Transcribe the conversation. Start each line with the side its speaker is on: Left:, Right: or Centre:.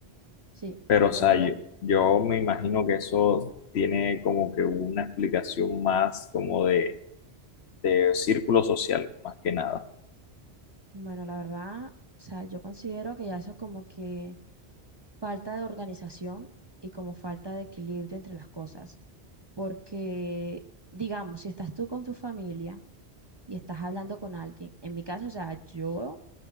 Right: sí,
Left: pero
Right: te
Left: o
Right: entiendo.
Left: sea, yo, yo me imagino que eso tiene como que una explicación más como de, de círculo social, más que nada.
Right: Bueno, la verdad, o sea, yo considero que ya eso es como que falta de organización y como falta de equilibrio entre las cosas, porque, digamos, si estás tú con tu familia y estás hablando con alguien, en mi caso, o sea, yo